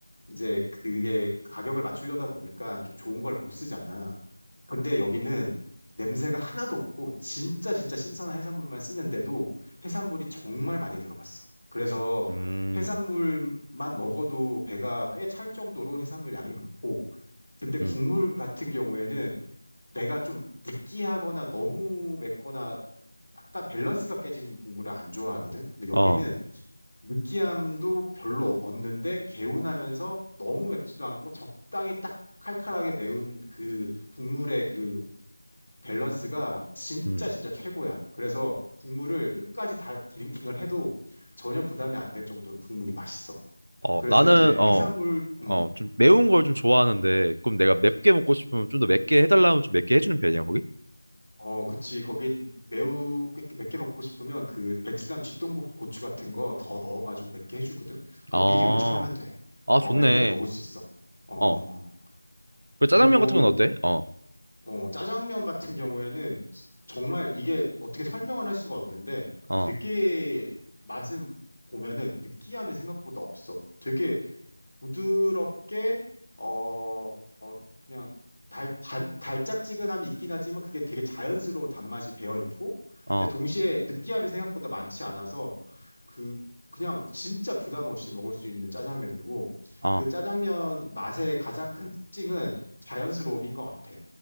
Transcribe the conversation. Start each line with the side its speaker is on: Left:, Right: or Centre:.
Left: 이제 그게 가격을 맞추려다 보니까 좀 좋은 걸 못 쓰잖아. 근데 여기는 냄새가 하나도 없고 진짜 진짜 신선한 해산물만 쓰는데도 해산물이 정말 많이 들어갔어. 그래서
Right: 음,
Left: 해산물만 먹어도 배가 꽤 찰 정도로 해산물 양이 많고 근데 국물
Right: 음, 음,
Left: 같은 경우에는 내가 좀 느끼하거나 너무 맵거나 약간 밸런스가 깨진 국물을 안 좋아하거든. 근데 여기는
Right: 어,
Left: 느끼함도 별로 없- 는데 개운하면서 너무 맵지도 않고 적당히 딱 칼칼하게 매운 그 국물의 그 밸런스가 진짜
Right: 음.
Left: 진짜 최고야. 그래서 국물을 끝까지 다 드링킹을 해도 전혀 부담이 안 될 정도로 국물이 맛있어.
Right: 어,
Left: 그래서
Right: 나는
Left: 이제
Right: 어,
Left: 해산물, 음,
Right: 어, 좀 매운 걸 좀 좋아하는데 그럼 내가 맵게 먹고 싶으면 좀 더 맵게 해달라면 좀 맵게 해주는 편이야, 거기?
Left: 어, 그치. 거기 매우 맵게 먹고 싶으면 그 베트남 쥐똥고 고추 같은 거 더 넣어가지고 맵게 해주거든. 그거
Right: 아,
Left: 미리 요청하면 돼.
Right: 아,
Left: 어,
Right: 좋네.
Left: 맵게도 먹을 수 있어. 어,
Right: 어,
Left: 어, 어.
Right: 그 짜장면
Left: 그리고
Right: 같은 건 어때? 어,
Left: 어, 짜장면 같은 경우에는 정말 이게 어떻게 설명을 할 수가 없는데
Right: 어,
Left: 되게 맛을 보면은 느끼함이 생각보다 없어. 되게 부드럽게 어, 어, 그냥 달, 달, 달짝지근함이 있긴 하지만 그게 되게 자연스러운 단맛이 배어 있고
Right: 어,
Left: 근데 동시에 느끼함이 생각보다 많지 않아서 그 그냥 진짜 부담 없이 먹을 수 있는 짜장면이고
Right: 어,
Left: 그 짜장면 맛의 가장 큰 특징은 자연스러움인 것 같아.